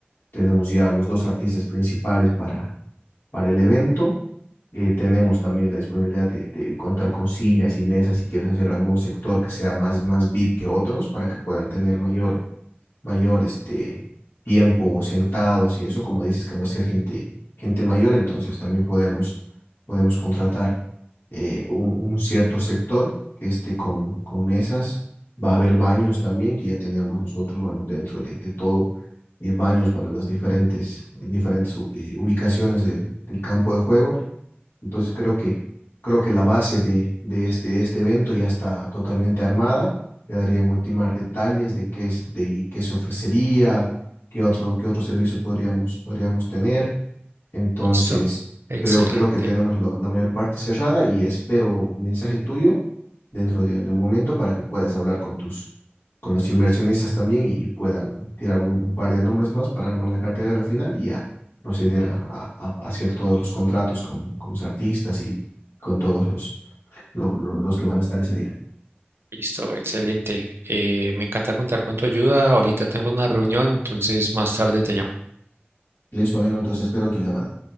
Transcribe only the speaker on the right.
Listo, excelente.
Listo, excelente. Eh, me encanta contar con tu ayuda. Ahorita tengo una reunión, entonces más tarde te llamo.